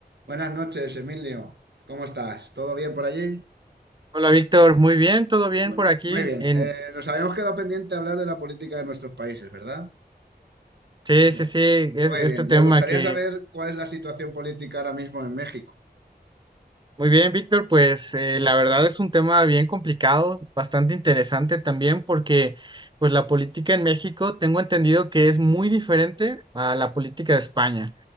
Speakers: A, on the right; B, on the right.
A: Buenas noches, Emilio. ¿Cómo estás? ¿Todo bien por allí?
B: Hola Víctor, muy bien, todo bien
A: Bueno,
B: por aquí.
A: Muy bien.
B: En,
A: Eh, nos habíamos quedado pendiente de hablar de la política de nuestros países, ¿verdad?
B: sí,
A: Muy
B: sí, sí, es,
A: muy
B: este
A: bien.
B: tema
A: Me gustaría
B: que...
A: saber cuál es la situación política ahora mismo en México.
B: Muy bien, Víctor, pues eh, la verdad es un tema bien complicado, bastante interesante también porque pues la política en México tengo entendido que es muy diferente a la política de España,